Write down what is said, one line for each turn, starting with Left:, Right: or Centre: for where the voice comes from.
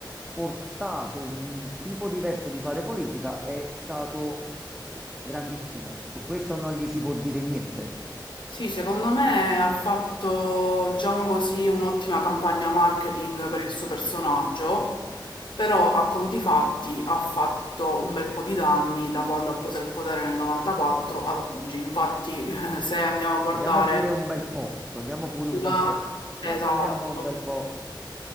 Centre: portato un tipo diverso di fare politica è stato grandissimo. Su questo non gli si può dire niente.
Left: Sì, secondo me ha fatto, diciamo così, un'ottima campagna marketing per il suo personaggio, però a conti fatti ha fatto un bel po' di danni da quando ha preso il potere nel 94
Centre: Eh,
Left: ad oggi. Infatti, <laughs> se andiamo a guardare
Centre: Togliamo pure un bel po', togliamo pure un
Left: la...
Centre: bel po', togliamo,
Left: Esatto.
Centre: togliamo un bel po'.